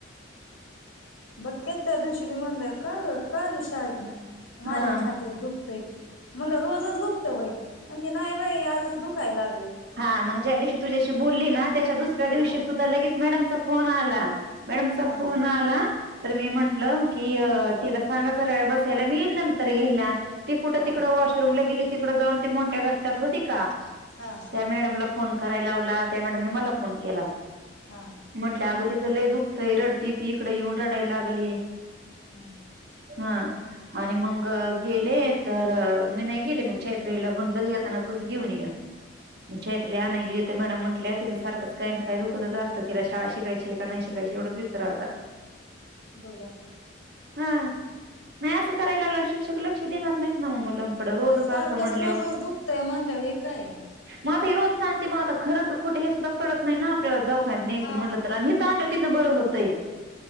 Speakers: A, on the left; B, on the right.
A: बघ की त्या दिवशी मी म्हणलं का ग का आली शाळेतनं? माझ्या
B: हा
A: छातीत दुख तंय म्हणलं रोजच दुखतं व्हय, म्हणती नाही बाई आजच दुखायला लागलंय.
B: हा मग ज्या दिवशी तुझ्याशी बोलली ना त्याच्या दुसऱ्या
A: हा
B: दिवशी सुद्धा लगेच मॅडमचा फोन आला. मॅडमचा
A: हा
B: फोन आला. तर मी म्हंटलं की तिला सांगा जरा बसायला मी येईल नंतर घ्यायला ती कुठं
A: हा
B: तिकडं वॉशरूमला गेली तिकडं जाऊन ती मोठ्या घरट्यात होती का?
A: हां
B: त्या मॅडमला फोन कराय लावला त्या मॅडमने मला फोन केला.
A: हां
B: म्हटल्या अगं तिचं लय दुखतंय, रडती ती इकडे येऊन रडायला लागली.
A: हां
B: हां आणि मंग गेले तर मी नाही गेले मग चैत्रालीला म्हणलं येताना तूझ घेऊन ये. <unintelligible> मी आणाय गेले तर मॅडम म्हटल्या, तिचं सारखंच काही ना काही दुखतच असतं तिला शाळा शिकायची का नाही शिकायची एवढंच विचारा आता
A: बघा
B: हां नाही असं करायला लागल्यावर शिक्षक लक्ष देणार नाहीत ना मुला आता रोजच
A: म सारखंच
B: असं म्हनल्यावर
A: रोजच दुखतय म्हणल्यावर हे काय
B: मग आता ही रोज सांगती मग आता खरं का खोटं हे सुद्धा कळत नाही ना दवखान्यात न्यायचं
A: हा
B: म्हणलं तर आणि इथं आणल्यावर तिचं बरं होतंय.